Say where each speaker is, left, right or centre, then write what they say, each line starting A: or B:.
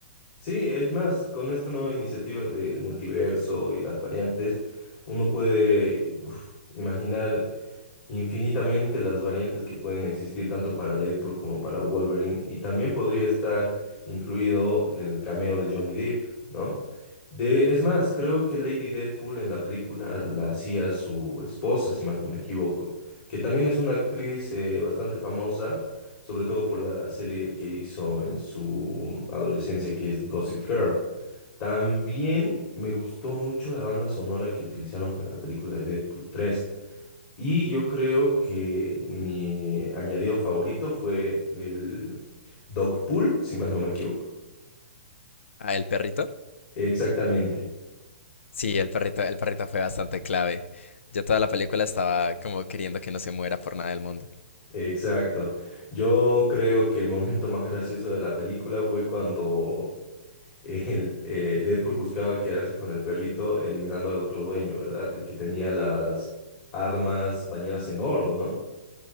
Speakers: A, on the left; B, on the left.
A: Sí, es más, con esta nueva iniciativa del multiverso y las variantes, uno puede uf, imaginar infinitamente las variantes que pueden existir tanto para Deadpool como para Wolverine y también podría estar incluido el cameo de Johnny Depp, ¿no? De, es más, creo que Lady Deadpool en la película la hacía su esposa, si más no me equivoco, que también es una actriz eh, bastante famosa, sobre todo por la serie que hizo en su adolescencia, que es Gossip Girl. También me gustó mucho la banda sonora que utilizaron para la película de Deadpool 3. Y yo creo que mi añadido favorito fue el dog pool, si más no me equivoco.
B: Ah, ¿el perrito?
A: Exactamente,
B: Sí, el perrito, el perrito fue bastante clave. Yo toda la película estaba como queriendo que no se muera por nada del mundo.
A: exacto. Yo creo que el momento más gracioso de la película fue cuando el, eh, Deadpool buscaba quedarse con el perrito eliminando al otro dueño, ¿verdad? El que tenía las armas bañadas en oro, ¿no?